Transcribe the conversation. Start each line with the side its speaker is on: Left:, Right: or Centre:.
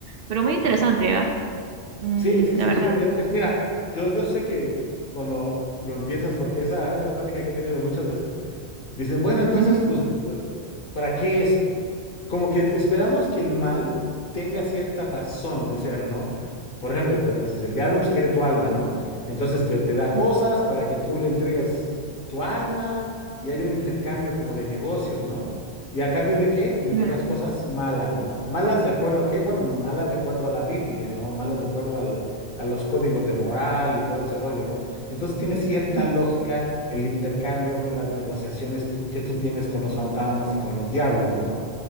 Right: Pero muy interesante, ¿ah? Mm,
Left: sí, sí,
Right: la
Left: sí,
Right: verdad.
Left: sí, Es, es- mira, yo, yo sé que cuando lo empiezas, porque esa es una plática que he tenido muchas veces, dicen, bueno, entonces,
Right: Ujú,
Left: pues, ¿para qué es? como que esperamos que el mal tenga cierta razón de ser, ¿no? Por ejemplo, o sea, dices, el diablo pues, quiere tu alma, ¿no? Entonces te, te da cosas
Right: ujú.
Left: para que tú le entregues tu alma y hay un intercambio como de negocios, ¿no? ¿Y a cambio de qué? Pues de
Right: Claro,
Left: que hagas cosas malas, ¿no? Malas de acuerdo a qué? Bueno, malas de acuerdo a la Biblia, ¿no? Malas de acuerdo al, a los códigos de moral y todo ese rollo, ¿no? Entonces tiene cierta
Right: ujú,
Left: lógica el intercambio o las negociaciones tú- que tú tienes con los fantasmas y con los diablos, ¿no?